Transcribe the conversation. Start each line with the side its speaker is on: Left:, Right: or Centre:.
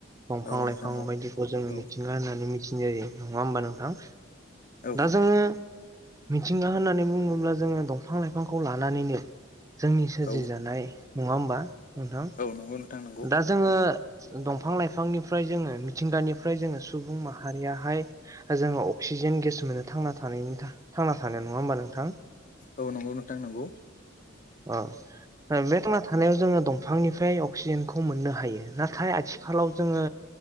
Right: दंफां
Left: औ नोंथां
Right: लाइफां
Left: औ
Right: बायदिखौ जोङो
Left: औ
Right: मिथिंगा होननानै मिथिनाय जायो नङा होमबा नोंथां
Left: औ
Right: दा जोङो मिथिंगा होननानै बुङोब्ला जोङो दंफां लाइफांखौ लानानैनो जोंनि सोरजिजानाय
Left: औ
Right: नङा होमबा नोंथां
Left: औ नंगौ नोंथां नंगौ
Right: दा जोङो दंफां लाइफांनिफ्राय जोङो मिथिंगानिफ्राय जोङो सुबुं माहारियाहाय जोङो अक्सिजेन गेस मोनो थांना थांनाय थांना थानो नङा होमबा नोंथां
Left: औ नंगौ नोंथां नंगौ
Right: अ बे थांना थानायाव जोङो दंफांनिफ्राय अक्सिजेनखौ मोननो हायो नाथाय आथिखालाव जोङो